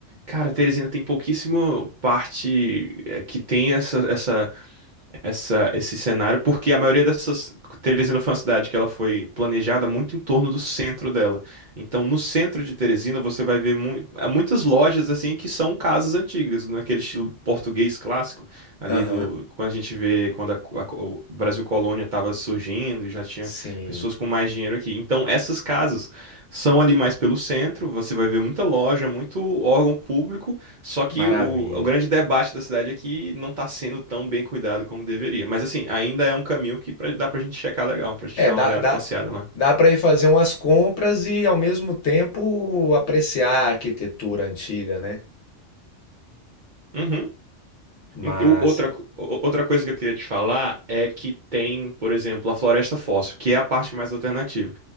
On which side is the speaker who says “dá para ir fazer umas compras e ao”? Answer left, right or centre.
Left